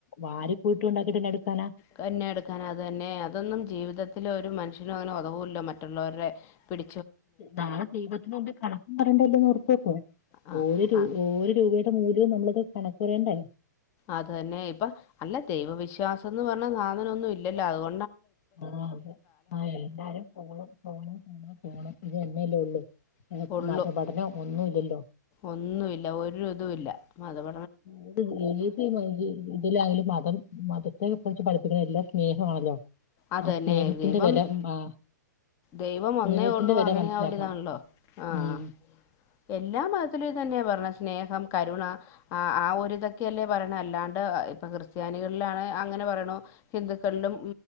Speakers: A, on the left (about 50°); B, on the left (about 25°).
A: വാരിക്കൂട്ടി ഉണ്ടാക്കിട്ട് എന്നാ എടുക്കാനാ
B: കന്നെ എടുക്കാന അത് തന്നെ അതൊന്നും ജീവിതത്തിലെ ഒരു മനു ശ്യാ അങ്ങനെ ഉതവുല്ല മറ്റുള്ളവരെ പിടി
A: നാളെ ദൈവത്തിന് മുമ്പിൽ കണക്കും പറയേണ്ടല്ലേന്നോർതോക്കോ
B: ആ
A: ഓരൂ
B: ആ,
A: ഓ രൂപയുടെ മൂല്യവും നമ്മളത് കണക്ക് പറയണ്ടേ
B: അത് അന്നെ ഇപ്പ അല്ല ദൈവവിശ്വാസം എന്ന് പറഞ്ഞാ സാധനം ഒന്നും ഇല്ലല്ലോ അതുകൊ
A: ആഹ് അതെ ആ എല്ലാരും ഫോണ് ഫോണ് ഫോണ് ഫോണ് ഇതന്നെല്ലേ ഉള്ളൂ.
B: ഉള്ളു
A: മതപഠനം ഒന്നും ഇല്ലല്ലോ
B: ഒന്നുമില്ല ഒരു ഇതും ഇല്ല മതപ
A: ണ്ട് <unintelligible> ഇതിലായാലും മതം മതത്തെ കുറിച്ച് പഠിപ്പിക്കുന്ന എല്ലാ സ്നേഹമാണല്ലോ
B: അത്
A: ആ
B: തന്നെ
A: സ്നേഹത്തിന്റെ
B: ദൈവം
A: വില ആ
B: ദൈവം
A: സ്നേഹത്തിന്റെ
B: ഒന്നേ ഉള്ളൂ
A: വില
B: അങ്ങനെ
A: മനസ്സിലാക്കണം
B: അ ഒരിതാണല്ലോ ആഹ്
A: ഉം
B: എല്ലാ മതത്തിലു തന്നെ പറണെ സ്നേഹം കരുണ ആ ഒരിതൊക്കെയല്ലേ പറയണ്, അല്ലാണ്ട് ഇപ്പ ക്രിസ്ത്യാനികൾ ലാണ് അങ്ങനെ പറയ്ണ ഹിന്ദുക്കളിലും